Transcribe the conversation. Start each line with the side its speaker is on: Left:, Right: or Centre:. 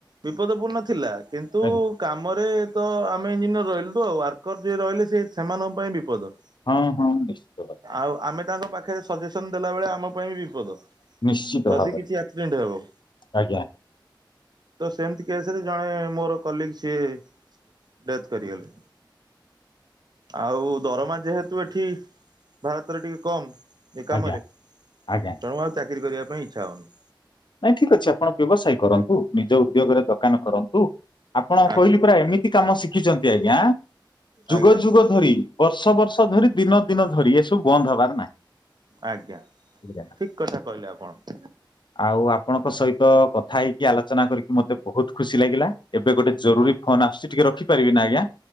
Right: ବିପଦ ପୂର୍ଣ୍ଣ ଥିଲା। କିନ୍ତୁ
Left: ଆଜ୍ଞା
Right: କାମରେ ତ ଆମେ ଇଞ୍ଜିନିୟର୍ ରହିଲୁୁ ୱାର୍କର ଯିଏ ରହିଲେ ସେମାନଙ୍କ ପାଇଁ ବିପଦ।
Left: <inaudible>
Right: ଆଉ ଆମେ ତାଙ୍କ ପାଖେରେ ସଜେସନ୍‌ ଦେଲା ବେଳେ ଆମ ପାଇଁ ବିପଦ।
Left: ନିଶ୍ଚିତ
Right: ଯଦି
Left: ଭାବରେ
Right: କିଛି ଆକ୍ସିଡ଼େଣ୍ଟ୍ ହେବ।
Left: ଆଜ୍ଞା
Right: ତ ସେମ୍ତି କେସେରେ ଜଣେ ମୋର କଲିକ୍ ସିଏ। ଡ଼େଥ୍ କରି ଗଲେ। ଆଉ ଦରମା ଯେହେତୁ ଏଠି ଭାରତରେ ଟିକେ କମ୍। ଏ କାମରେ,
Left: ଆଜ୍ଞା ଆଜ୍ଞା
Right: ତେଣୁ ଆଉ ଚାକିରି କରିବା ପାଇଁ ଇଚ୍ଛା ହଉନି।
Left: ନାଇଁ ଠିକ୍ ଅଛି ଆପଣ ବ୍ୟବସାୟୀ କରନ୍ତୁ, ନିଜ ଉଦ୍ୟୋଗରେ ଦୋକାନ କରନ୍ତୁ। ଆପଣ
Right: ଆଜ୍ଞା
Left: କହିଲି ପୁର ଏମିତି କାମ ଶିଖିଛନ୍ତି ଆଜ୍ଞା। ଯୁଗ
Right: ଆଜ୍ଞା।
Left: ଯୁଗ ଧରି, ବର୍ଷ ବର୍ଷ ଧରି ଦିନ ଦିନ ଧରି ଏସବୁ ବନ୍ଦ୍ ହେବାର ନାହିଁ।
Right: ଆଜ୍ଞା,
Left: ବୁଝିଲେ ନା।
Right: ଠିକ୍ କଥା କହିଲେ ଆପଣ।
Left: ଆଉ ଆପଣଙ୍କ ସ--ତ କଥା ହେଇକି ଆଲୋଚନା କରିକି ମତେ ବହୁତ୍ ଖୁସି ଲାଗିଲା। ଏବେ ଗୋଟେ ଜରୁରୀ ଫୋନ୍‌ ଆସ୍‌ ଟିକେ ରଖିପାରିବି ନା ଆଜ୍ଞା।